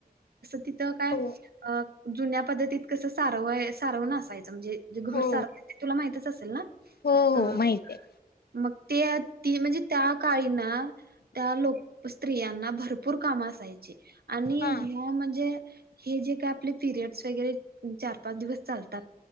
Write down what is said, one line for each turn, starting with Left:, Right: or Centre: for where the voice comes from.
Right: <unintelligible> तिथं काय
Left: हो
Right: अ जुन्या पद्धतीत कस सारवय, सारव न असायचं म्हणजेे घर
Left: हो
Right: सारव तुला माहितच असेल ना?
Left: हो हो
Right: अ
Left: माहितीये.
Right: मग ते ती म्हणजे त्या काळीना त्या लोक स्त्रियांना भरपूर कामा असायचे आणि
Left: हा
Right: ह्या म्हणजे? हे जे काय आपले पीरियड्स वगैरे चार पाच दिवस चालतात.